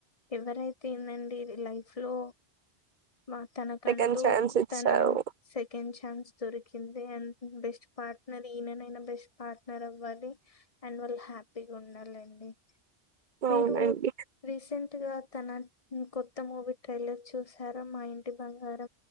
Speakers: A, on the left; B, on the right.
A: ఎవరైతే ఏందండి లైఫ్ లో మ తనకంటూ
B: సెకండ్ ఛాన్స్ ఇచ్చారు
A: తన సెకండ్ ఛాన్స్ దొరికింది అండ్ బెస్ట్ పార్ట్నర్ ఈయననైనా బెస్ట్ పార్ట్నర్ అవ్వాలి అండ్ వాళ్ళ హ్య పీగా ఉండాలండి మీరు
B: అవునండి
A: రీసెంట్ ట్ గా తన కొత్త మూవీ ట్రైలర్ చూసార మా ఇంటి బంగార